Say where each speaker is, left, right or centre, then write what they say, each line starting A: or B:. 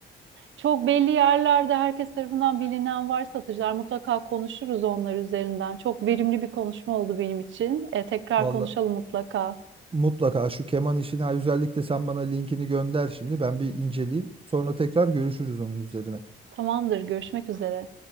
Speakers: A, on the right; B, on the right.
A: Çok belli yerlerde herkes tarafından bilinen var satıcılar. Mutlaka konuşuruz onlar üzerinden. Çok verimli bir konuşma oldu benim için. E, tekrar
B: Valla
A: konuşalım mutlaka.
B: mutlaka şu keman işini ha, özellikle sen bana linkini gönder şimdi. Ben bir inceleyeyim. Sonra tekrar görüşürüz onun üzerine.
A: Tamamdır, görüşmek üzere.